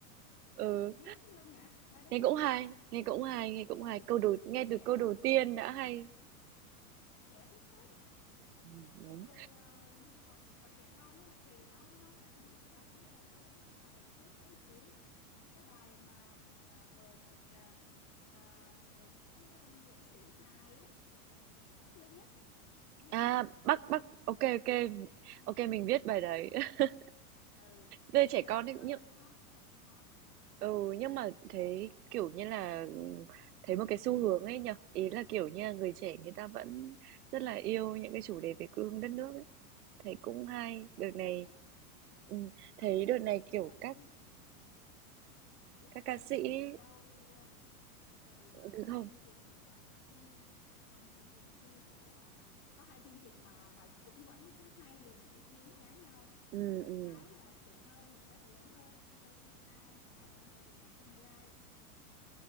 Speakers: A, on the right; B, on the left.
A: Ừ,
B: nghe cũng được nhỉ bài đó
A: nghe
B: nghe
A: cũng
B: được
A: hay,
B: nhỉ
A: nghe cũng hay, nghe cũng
B: ừ
A: hay. Câu đầu nghe
B: trẻ
A: từ câu đầu tiên đã hay.
B: trẻ thích phết á
A: Ừ,
B: xong
A: đúng
B: rồi ờ, như bọn bọn trẻ con ấy thì nó nó lại không thích bài đó lắm đâu nó lại thích cái bài trước đó một tí cái bài mà ừm, à, mời một à, à, một cái um, nghệ sĩ hài á Bắc Linh á nghe
A: À,
B: không
A: Bắc Bắc ok ok ô mình viết bài đấy. <laughs>
B: ừ
A: Về trẻ
B: trời
A: con ấy
B: ơi
A: nhưng
B: hot còn hot
A: ừ, nhưng mà thế, kiểu như là, ừm, thấy một cái xu hướng ấy nhở Ý là, kiểu như là, người trẻ người ta vẫn rất là yêu những cái chủ đề về quê hương đất nước ấy. Thấy cũng hay,
B: chứ còn
A: đợt này
B: gì nữa
A: ừm,
B: à,
A: thấy
B: biết
A: đợt này,
B: biết
A: kiểu,
B: đầu
A: các
B: tiên biết
A: các
B: từ
A: ca sĩ ấy
B: từ từ đâu không từ
A: ừ,
B: à, cái
A: không
B: chương trình à, thi không chương trình thi của có hai chương trình mà mà cũng vẫn cứ hai luồng ý kiến trái nhau
A: ừm,
B: một
A: ừm,
B: cái là trẻ hơn một cái thì lớn hơn anh trai say hi một cái thì anh trai vượt ngàn chông gai